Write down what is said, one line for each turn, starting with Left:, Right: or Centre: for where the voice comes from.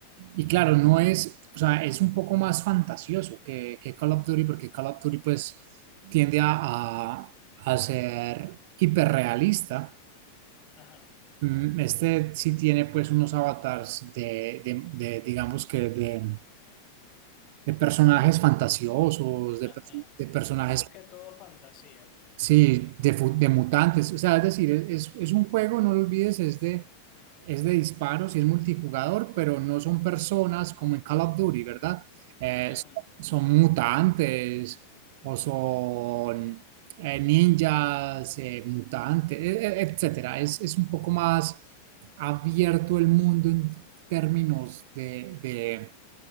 Right: Y claro, no es, o sea, es un poco más fantasioso que, que Call of Duty, porque Call of Duty pues tiende a, a, a ser hiperrealista.
Left: Ajá,
Right: Mm, Este sí tiene pues unos avatars de, de- de, digamos que de, de personajes fantasiosos, de,
Left: ajá.
Right: pers- de personajes
Left: Más que todo fantasía.
Right: Sí, de, fu- de mutantes, o sea, es decir, es, es- es un juego, no lo olvides, es de, es de disparos y es multijugador, pero no son personas como en Call of Duty, ¿verdad? Eh,
Left: Ajá,
Right: son, son mutantes o son eh, ninjas, eh, mutantes, e- e- etcétera. Es, es un poco más abierto el mundo en términos de, de-